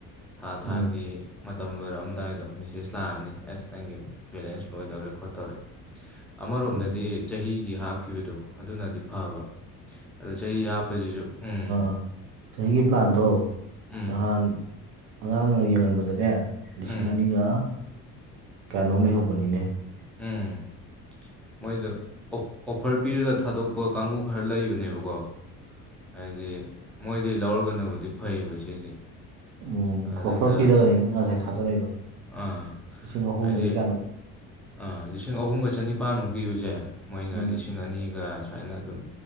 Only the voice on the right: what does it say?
ꯎꯝ
ꯎꯝ
ꯑꯥ ꯆꯍꯤꯒꯤ ꯄ꯭ꯂꯥꯟꯗꯣ
ꯅꯍꯥꯟ ꯑꯉꯥꯡꯅ ꯌꯦꯡꯍꯟꯕꯗꯅꯦ ꯂꯤꯁꯤꯡ
ꯑꯅꯤꯒ ꯀꯌꯥꯅꯣ ꯂꯩꯍꯧꯕꯅꯤꯅꯦ
ꯎꯝ
ꯑꯣꯐꯔ ꯄꯤꯔꯒꯅꯤ ꯃꯣꯏ ꯉꯁꯥꯏ ꯊꯥꯗꯣꯔꯛꯏꯗꯣ
ꯂꯤꯁꯤꯡ ꯑꯍꯨꯝꯗꯒꯤ
ꯀꯌꯥꯅꯣ
ꯎꯝ